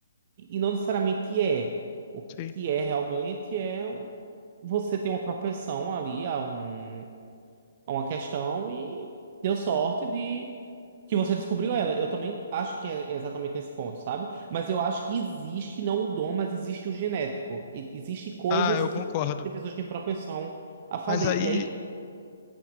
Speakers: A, on the right (about 35°); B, on the left (about 30°).
A: e não necessariamente é. O
B: Sim.
A: que é realmente é um- você ter uma propensão ali a, um... a uma questão e deu sorte de que você descobriu ela. Eu também acho que é exatamente nesse ponto, sabe? Mas eu acho que existe não o dom, mas existe o genético. E- Existe coisas
B: Ah, eu
A: que
B: concordo.
A: tem pessoas que têm propensão a fazer.
B: Mas aí
A: E aí